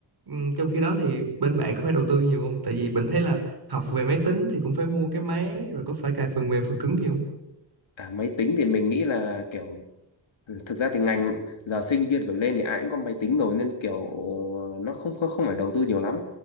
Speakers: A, on the right; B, on the left.
A: Ừm, trong khi đó thì bên bạn có phải đầu tư nhiều không tại vì mình thấy là học về máy tính thì cũng phải mua cái máy rồi có phải cài phần mềm phần cứng nhiều không
B: À, máy tính thì mình nghĩ là kiểu ừ, thực ra thì ngành giờ sinh viên kiểu lên thì ai cũng có máy tính rồi nên kiểu nó không không, không phải đầu tư nhiều lắm